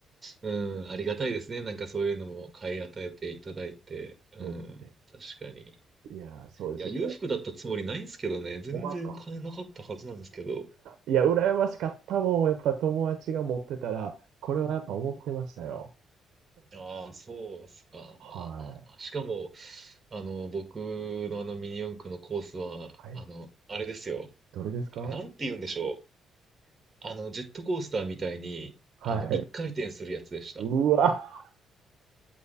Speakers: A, on the right; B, on the right.
A: うん、ありがたいですね。なんかそういうのも買い与えていただいて、うん、
B: そうですね。
A: 確かに。
B: いやー、そうですよね。
A: いや、裕福だったつもりないんですけどね、全然金なかったはずなんですけど。
B: 思いますかいや、羨ましかったもん。やっぱ友達が持ってたら、これはやっぱ思ってましたよ。
A: ああ、そうっすか。
B: は
A: まあまあまあ。しかも、あの、僕のあのミニ四駆のコースは、
B: い。
A: あの、あれですよ。
B: どれですか
A: あれなんて言うんでしょう。あの、ジェットコースターみたいに、
B: はい。
A: あの、一回転するやつでした。
B: うわ、